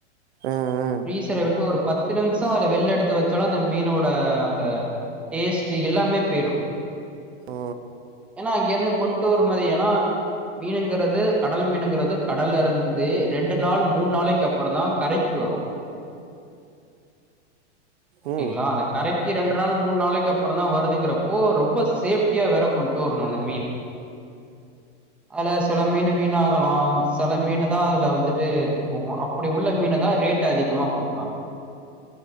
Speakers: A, on the right; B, in the centre.
A: ஆ ஆ
B: ப்ரீஸ்சர விட்டு ஒரு பத்து நிம்ஷோ அதுல வெள்ள எடுத். த்து வச்சாலு அந்த மீனோட அந்த டேஸ்ட் எல்லாமே போய்டு.
A: ஓ
B: ஏன்னா அங்கிருந்து கொண்டு வர மாரி ஏன்னா மீனுங்கிறது கடல் மீனுங்கிறது கடலெருந்து ரெண்டு நாள் மூணு நாளைக்கு அப்புறதா கரைக்கு வரு. ஓகேங்களா
A: ஓ ம்
B: அந்த கரக். கி ரெண்டு நாள் மூணு நாளைக்கு அப்புற தான் வருதுங்குறப்போ ரொம்ப சேப்டியா வேற கொண்டு வரணு அந்த மீன் அதுல செல மீனு வீன் ஆகலாம் செல மீனு தான் அதுல வந்துட்டு இது போவு அப்டி உள்ள மீனதான் ரேட்டு் அதிகமா குடுப்பாங்க